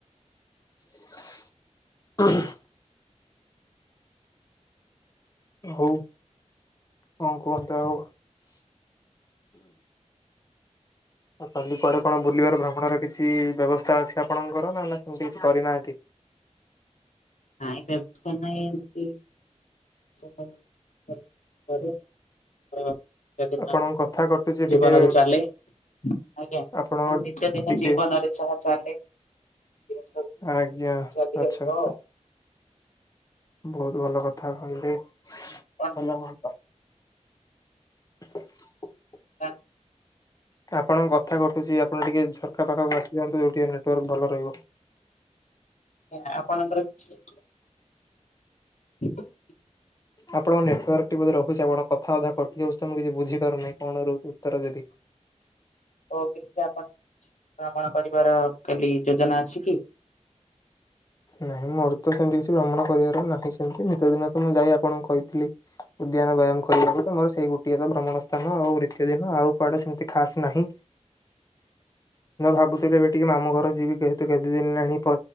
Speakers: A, on the left; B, on the left.
A: <inaudible> ହଉ କଣ କୁହନ୍ତୁ ଆଉ ଆଉ କାଲି କୁଆଡ଼େ କଣ ବୁଲିବାର ଭ୍ରମଣର କିଛି ବ୍ୟବସ୍ଥା ଅଛି ଆପଣଙ୍କର ନା ନା ସେମିତି କିଛି କରିନାହାନ୍ତି?
B: ନାଇଁ ବ୍ୟସ୍ତ ନାଇଁ ଏମିତି। <inaudible> ଦୈନଦିନ
A: ଆପଣଙ୍କ କଥା କଟୁଛି
B: ଜୀବନରେ
A: ଟିକେ
B: ଚାଲେ। ଆଜ୍ଞା
A: ଆପଣଙ୍କ
B: ନିିତ୍ୟ ଦିନ
A: ଟିକେ
B: ଜୀବନରେ ଯାହା ଚାଲେ ସବୁ
A: ଆଜ୍ଞା
B: ଚାରି
A: ଆଚ୍ଛା
B: ଆ
A: ଆଚ୍ଛା
B: ଆଉ <inaudible>
A: ବହୁତ ଭଲ କଥା କହିଲେ ଭଲ
B: ଆଉ
A: ଭଲ। <inaudible>
B: ସାର୍
A: ଆପଣଙ୍କ କଥା କଟୁଛି ଆପଣ ଟିକେ ଝରକା ପାଖକୁ ଆସିଯାଆନ୍ତୁ ଯୋଉଠିକି ନେଟୱାର୍କ ଭଲ ରହିବ।
B: ଆଜ୍ଞା ଆପଣଙ୍କର କିଛି <inaudible>
A: ଆପଣଙ୍କ ନେଟୱାର୍କଟି ବୋଧେ ରହୁଛି ଆପଣ କଥା ଅଧା କଟି ଯାଉଛି ତ ମୁଁ କିଛି ବୁଝିପାରୁନହିଁ କଣ ର ଉତ୍ତର ଦେବି?
B: ହଉ ଆପଣ ଭ୍ରମଣ କରିବାର ଖାଲି ଯୋଜନା ଅଛି କି?
A: ନାଇଁ ମୋର ତ ସେମିତି କିଛି ଭ୍ରମଣ କରିବାର ନାହିଁ ସେମତି ନିିତ ଦିନ ତ ମୁଁ ଯାଇ ଆପଣଙ୍କୁ କହିଥିଲି। ଉଦ୍ୟାନ ବ୍ୟାୟାମ କରିବାକୁ ତମର ସେଇ ଗୋଟିଏ ତ ଭ୍ରମଣ ସ୍ଥାନ ଆଉ ନିତ୍ୟା ଦିନ ଆଉ। କୁଆଡେ ସେମତି ଖାସ ନାହିଁ ଭାବୁଥିଲେ ଏ ଟିକେ ମାମୁଁ ଘର ଯିବି। ଯେହେତୁ କେତେ ଦିନ ହେଲାଣି